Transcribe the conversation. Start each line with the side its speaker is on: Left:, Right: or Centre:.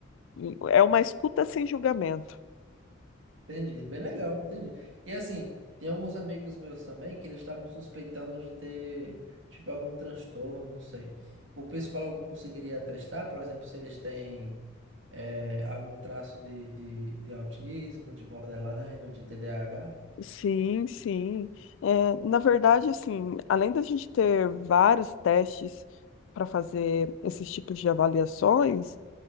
Left: e- é uma escuta sem julgamento.
Right: Entendi, bem legal, entendi. E assim, tem alguns amigos meus também que eles estavam suspeitando de ter, tipo, algum transtorno, não sei. O psicólogo conseguiria atestar, por exemplo, se eles têm eh, algum traço de, de, de autismo, de borderline ou de TDAH?
Left: Sim, sim. É, na verdade, assim, além da gente ter vários testes para fazer esses tipos de avaliações,